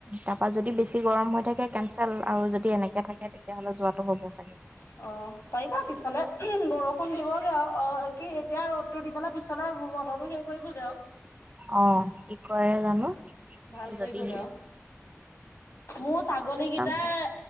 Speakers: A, on the right; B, on the left.
A: তাৰপা যদি বেছি গৰম হৈ থাকে কেনঞ্চেল আৰু যদি এনেকে থাকে তেতিয়াহ'লে যোৱাাতটো চাগে। হ'ব।
B: <unintelligible> অ', পাৰিবা পিছলৈ বৰষুণ দিবগৈ আৰু অ' কি এতিয়া ৰ'দটো দি পেলাই পিছলৈ বতৰটো শেষ কৰিব গাও।
A: অ', কি কৰে জানো
B: ভাল কৰিবগে
A: যদী
B: আৰু মোৰ ছাগলী কেইটাাৰ
A: চাগে।